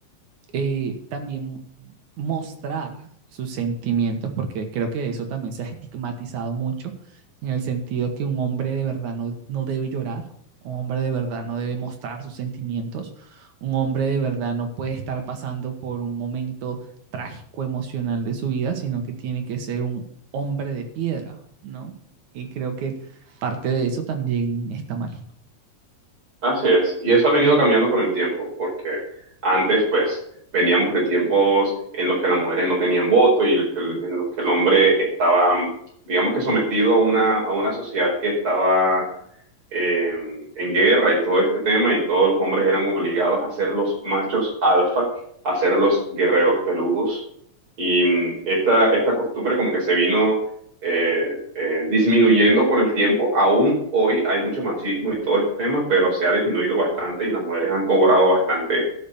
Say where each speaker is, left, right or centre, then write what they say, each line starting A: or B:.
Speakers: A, on the right; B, on the right.
A: eh, también mostrar sus sentimientos, porque creo que eso también se ha estigmatizado mucho, en el sentido que un hombre de verdad no, no debe llorar, un hombre de verdad no debe mostrar sus sentimientos, un hombre de verdad no puede estar pasando por un momento trágico emocional de su vida, sino que tiene que ser un hombre de piedra, ¿no? Y creo que parte de eso también está mal.
B: Así es, y eso ha venido cambiando con el tiempo, porque antes pues veníamos de tiempos en los que las mujeres no tenían voto y el- el- en los que el hombre estaba, digamos que sometido a una, a una sociedad que estaba eh, en guerra y todo este tema, y todos los hombres eran obligados a ser los machos alfa, a ser los guerreros peludos. Y mm, esta, esta costumbre como que se vino eh, eh, disminuyendo con el tiempo. Aún hoy hay mucho machismo y todo este tema, pero se ha disminuido bastante y las mujeres han cobrado bastante